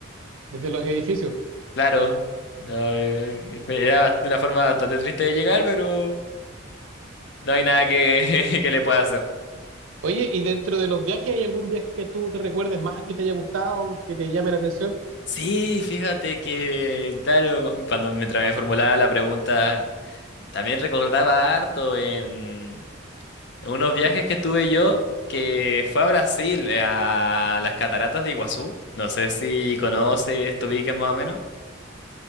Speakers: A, on the right; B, on the left.
A: desde los edificios.
B: Claro. No, eh, era bast- una forma bastante triste de llegar, pero no hay nada que, <laughs> que le pueda hacer.
A: Oye, ¿y dentro de los viajes hay algún viaje que tú te recuerdes más, que te haya gustado, que te llame la atención?
B: Sí, fíjate que, claro, cu- cuando mientras me formulaba la pregunta, también recordaba harto en, en unos viajes que tuve yo, que fue a Brasil, eh, a las cataratas de Iguazú. No sé si conoces, te ubicas más o menos.